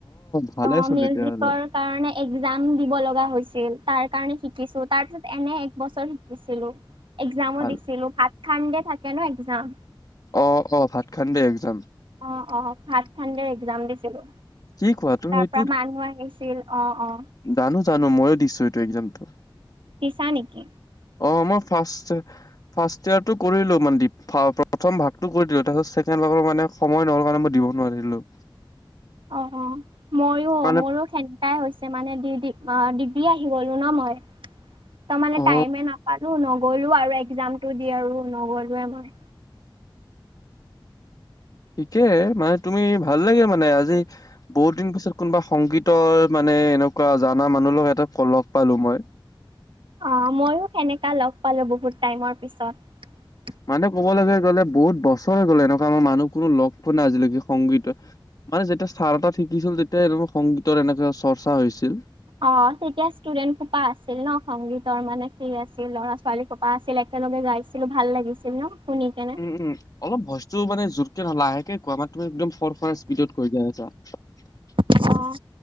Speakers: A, on the left (about 45°); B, on the right (about 75°).
A: ভালে
B: অ,
A: চোন
B: মিউজিকৰ
A: তেতিয়াহ'লে
B: কাৰণে একজাম দিব লগা হৈছিল, তাৰ কাৰণে শিকিছো, তাৰপিছত এনে এক বছৰ শিকিছিলো। একজামো
A: ভাল।
B: দিছিলো, সাত খাণ্ডে থাকে ন একজাম।
A: অ-অ, ভাত খাণ্ডে একজাম।
B: অ অ, ভাত খাণ্ডে একজাম দিছিলো।
A: কি খোৱা তুমি এই
B: তা মানুহ আহিছিল অ অ
A: জানো-জানো, মইয়ো দিছো এইটো একজামটো।
B: দিছা নেকি?
A: অ, মই ফাষ্ট-ফাষ্ট ইয়েৰটো কৰিলো মনদীপ, ফাঁ প্ৰথম ভাগটো কৰি দিলো, তাৰপিছত ছেকেণ্ড সেইটো ভাগৰ মানে সময় নহ'ল কাৰণে, মই দিব নোৱাৰিলোঁ।
B: অ-অ, মইয়ো
A: মানে
B: মোৰো সেনেকুৱা হৈছে মানে দি-দি। অ, দিবি আহি গলো ন মই, ত মানে
A: অ
B: টাইমে নাপালো ন গ'লো আৰু একজামটো দি আৰু নগলোৱে মই।
A: ঠিকে, মানে তুমি ভাল লাগে মানে আজি, বহুত দিন পিছত কোনোবা সংগীতৰ মানে নে এনেকুৱা জানা মানুহ লগ এটা ক লগ পালো মই।
B: অ মইয়ো সেনেকা লগ পালো বহুত টাইমৰ পিছত।
A: মানে কবলৈ গলে বহুত বছৰ হৈ গ'লে এনেকুৱা আমাৰ মানুহ কোনো লগ পোৱা নাই আজিলৈকে সংগীত মানে যেতিয়া স্থাৰ এটা শিকিছিল, তেতিয়া এনেকুৱা সংগীতৰ এনেকা চৰ্চা হৈছিল।
B: অ তেতিয়া ষ্টুডেন্টসোপা আছিল ন সংগীতৰ মানে সেই আছিল ল'ৰা -ছোৱালী সোপা আছিল। এক একেলগে গাইছিলো ভাল লাগিছিল ন। শুনি কেনে
A: উম উম অলপ ভইজতটো মানে জোৰকে নহলে লাহেকে কোৱা মাৰ তুম একদম ফৰফাৰ স্পীডত কৰি যা আছা। <unintelligible>
B: অঁ।